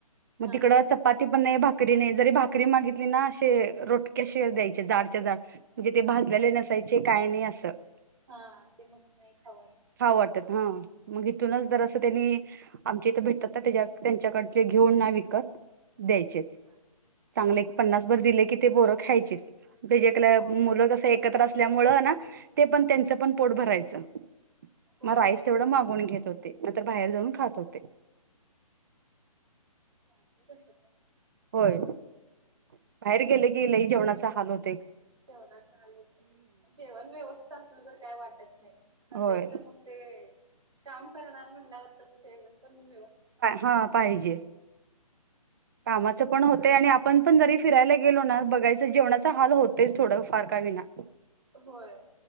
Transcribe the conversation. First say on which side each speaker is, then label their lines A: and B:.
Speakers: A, on the right (about 30°); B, on the right (about 45°).
A: मग
B: हा
A: तिकड
B: हा हा हा
A: चपाती पण नाही भाकरी भाकरीने जरी भाकरी मागितली ना असे रोटक्याशी द्यायचे जाडच्या जाड म्हणजे ते भाजलेले
B: अ
A: नसायचे काय नाही असं
B: हा ते मग नाही खाऊ
A: खाऊ वाटत हा मग इथूनच जरासं त्यांनी आमच्या इथं भेटतात तर त्या त्यांच्याकडून घेऊन ना विकत द्यायचे
B: हा
A: चांगले पन्नास भर दिले कि ते पोरं खायचीत
B: होय
A: मुल
B: होय
A: अस एकत्र असल्या ना ते पण त्यांच पण पोट भरायचं
B: होय
A: मग राईस
B: होय
A: तेवढ मागून घेत होते नाहीतर बाहेर जाऊन खात होते
B: चालतंय तसं पण
A: होय बाहेर गेले की लई जेवणाचा हाल होत
B: जेवणाच हाल होते जेवण व्यवस्थित असलं तर काय वाटत नाही नसेल
A: होय
B: तर मग ते काम करणार म्हणल्यावर तसं जेवण पण व्यवस्थित पाहिजे
A: हा
B: ना
A: पाहिजे. कामाच पण होते आणि आपण पण जरी फिरायला गेलो ना बघायचं जेवणाचा हाल होतेच थोडं फार का होईना
B: होय